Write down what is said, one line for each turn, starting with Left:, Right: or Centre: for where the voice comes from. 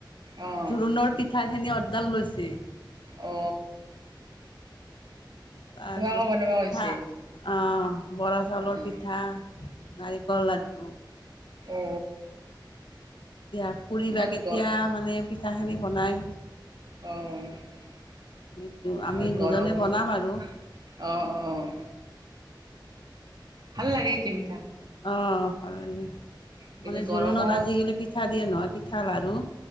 Right: অ',
Left: জোৰোণৰ পিঠা খিনি ডাল লৈছে।
Right: অ।
Left: তাৰপিছত
Right: তোমাকো বনাব
Left: পিঠা
Right: কৈছে
Left: অ। বৰা চাউলৰ,
Right: অ',
Left: পিঠা নাৰিকল লাডু।
Right: অ।
Left: এতিয়া খুড়ী
Right: ইমান
Left: বা কেতিয়া
Right: গৰ
Left: মানে পিঠা খিনি বনাই।
Right: অহ
Left: সেইটো আমি দুজনে
Right: গৰমত
Left: বনাম আৰু
Right: অ অ। ভাল লাগে তুমি
Left: অহ ভাল লাগে।
Right: কিন্তু
Left: মানে জোৰোণত
Right: গৰমত
Left: আজিকালি পিঠা দিয়ে নহয়, পিঠা লাড়ু।